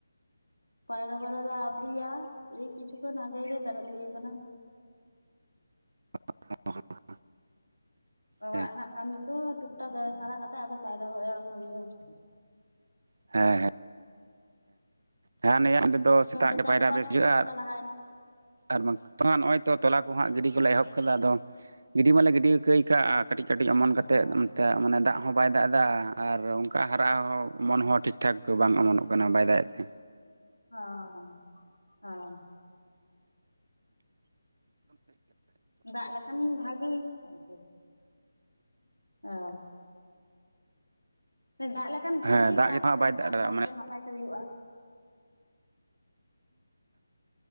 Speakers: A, on the left (about 85°); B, on the right (about 55°).
A: ᱯᱟᱭᱨᱟ ᱵᱟᱲᱟ ᱫᱚ ᱟᱣᱨᱤᱭᱟ ᱮᱭ ᱠᱤᱪᱷᱩ ᱠᱷᱚᱱ ᱟᱜᱮ ᱜᱮ ᱵᱮᱨᱮᱫ ᱦᱩᱭ ᱠᱟᱱᱟ᱾
B: <unintelligible>
A: ᱚᱲᱟᱜ
B: ᱦᱮᱸ
A: ᱨᱮᱱᱟᱜ ᱠᱟᱹᱢᱤ ᱛᱚ ᱴᱩᱠᱴᱟᱠ ᱥᱟᱨᱟ ᱠᱟᱛᱮᱫ ᱟᱫᱚ ᱯᱟᱭᱨᱟ ᱵᱟᱲᱟ ᱠᱚ ᱦᱩᱭᱩᱜᱼᱟ ᱟᱨᱠᱤ᱾
B: ᱦᱮᱸ ᱦᱮᱸ ᱦᱮᱸ ᱱᱮ ᱚᱸᱰᱮ ᱫᱚ
A: ᱟᱯᱮ
B: ᱥᱮᱛᱟᱜ
A: ᱚᱱᱛᱮ
B: ᱜᱮ
A: ᱪᱟᱥᱵᱟᱥ
B: ᱯᱟᱭᱨᱟᱟᱜ ᱵᱮᱥ
A: ᱠᱚ
B: ᱦᱤᱡᱩᱜᱼᱟ
A: ᱛᱤᱱᱟᱹᱜ ᱴᱟ ᱞᱟᱦᱟᱭᱮᱱᱟ
B: ᱟᱨ ᱵᱟᱝ ᱛᱚ ᱱᱚᱜᱚᱭ ᱛᱚ ᱛᱚᱞᱟ ᱠᱚ ᱦᱟᱜ ᱜᱤᱰᱤ ᱠᱚᱞᱮ ᱮᱦᱚᱵ ᱠᱮᱫᱟ ᱟᱫᱚ᱾ ᱜᱤᱰᱤ ᱢᱟᱞᱮ ᱜᱤᱰᱤ ᱠᱟᱹᱭ ᱠᱟᱜᱼᱟ ᱠᱟᱹᱴᱤᱡ ᱠᱟᱹᱴᱤᱡ ᱚᱢᱚᱱ ᱠᱟᱛᱮᱫ
A: ᱚ
B: ᱮᱜ ᱢᱟᱱᱮ ᱫᱟᱜ ᱦᱚᱸ ᱵᱟᱭ ᱫᱟᱜ ᱮᱫᱟ ᱟᱨ ᱚᱱᱠᱟ ᱦᱟᱨᱟ ᱦᱚᱸ ᱚᱢᱚᱱ ᱦᱚᱸ ᱴᱷᱤᱠ ᱴᱷᱟᱠ ᱵᱟᱝ ᱚᱢᱚᱱᱚᱜ ᱠᱟᱱᱟ ᱵᱟᱭ ᱫᱟᱜ ᱮᱫ ᱛᱮ
A: ᱚ ᱚ ᱫᱟᱜ ᱞᱮᱠᱷᱟᱱ ᱵᱷᱟᱜᱤ ᱟᱨᱠᱤ ᱚ ᱫᱟᱜ ᱞᱮᱠᱟᱱ ᱵᱷᱟᱜᱮ
B: ᱦᱮᱸ ᱫᱟᱜ ᱜᱮ
A: ᱟᱯᱮ
B: ᱦᱟᱸᱜ
A: ᱥᱮᱫ
B: ᱵᱟᱭ ᱫᱟᱜ
A: ᱪᱟᱥᱵᱟᱥ
B: ᱮᱫᱟ ᱢᱟᱱᱮ
A: ᱦᱚᱸ ᱱᱟᱯᱟᱭ᱾ ᱦᱩᱭᱩᱜ